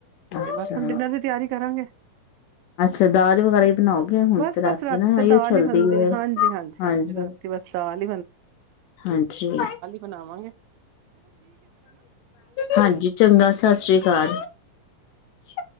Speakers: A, on the left; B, on the right.
A: ਅੱਛਾ
B: ਤੇ ਬਸ ਹੁਣ ਡਿਨਰ ਦੀ ਤਿਆਰੀ ਕਰਾਂਗੇ
A: ਅੱਛਾ ਦਾਲ ਵਗੈਰਾ ਹੀ ਬਣਾਓਗੇ ਹੁਣ
B: ਬਸ
A: ਤੇ ਰਾਤੀ
B: ਬਸ
A: ਨਾਓ
B: ਤੇ ਦਾਲ
A: ਚੱਲਦੀ
B: ਹੀ ਬਣਦੀ
A: ਹੈ
B: ਹਾਂਜੀ
A: ਹਾਂਜੀ
B: ਰਾਤੀ ਬਸ ਦਾਲ
A: ਹਾਂਜੀ
B: ਬਨਾਵਾਂਗੇ
A: ਹਾਂਜੀ ਚੰਗਾ ਸਤਿ ਸ੍ਰੀ ਅਕਾਲ ਸ਼ਛ